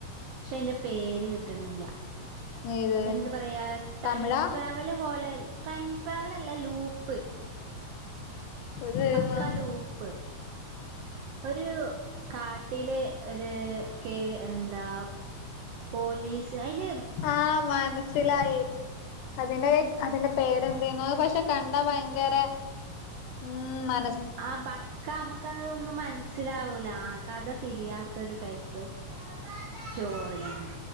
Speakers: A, on the right (about 85°); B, on the left (about 80°).
A: പക്ഷെ അയിന്റെ പേര് കിട്ടണില്ല.
B: ഇത്
A: എന്ത് പറയാ ട്രൈൻ
B: തമിഴാ
A: ട്രാവല് പോലെ ട്രൈൻ ട്രാവൽ അല്ല ലൂപ്പ്.
B: ഇത് ഏതാ
A: പക്ക ലൂപ്പ് ഒരു കാട്ടിലെ ഒരു കേ എന്താ. പോലീസ് അയിൽ
B: ആഹ മനസ്സിലായി അതിന്റെ അതിന്റെ പേരെന്ത് എന്തായിരുന്നു അത് പക്ഷെ കണ്ടാ ഭയങ്കര ഉം മ...
A: ആഹ പക്ക നമുക്ക് അതൊന്നും മനസ്സിലാവൂല.... കഥ തിരിയാത്തൊരു ടൈപ്പ് സ്റ്റോറിയാണ്......